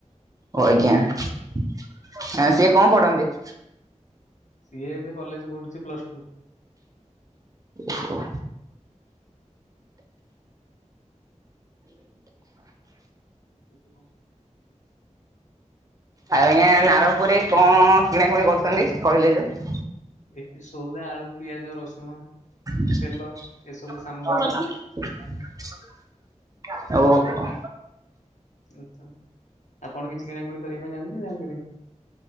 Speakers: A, on the right (about 30°); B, on the left (about 70°).
A: ଓ ଆଜ୍ଞା ସିଏ କଣ ପଢନ୍ତି?
B: ସିଏ ଏବେ କଲେଜ ପଢୁଛି ପ୍ଲସ ଟୁ।
A: ଓହୋ।
B: <unintelligible>
A: ଆଉ ଆଜ୍ଞା ନାରଙ୍ଗପୁରରେ କଣ କିଣା କୁଣି କରୁଛନ୍ତି କହିଲେ ଯୋଉ?
B: ଏଠି ସଉଦା ଆଳୁ, ପିଆଜ, ରସୁଣ
A: <unintelligible>
B: ତେଲ ଏସବୁ ସାମଗ୍ରୀ
A: ଓହୋ।
B: ଆଚ୍ଛା ଆପଣ କିଛି କିଣାକୁଣି କରିବା ପାଇଁ ଯାଆନ୍ତି ନା ଯାଆନ୍ତିନି?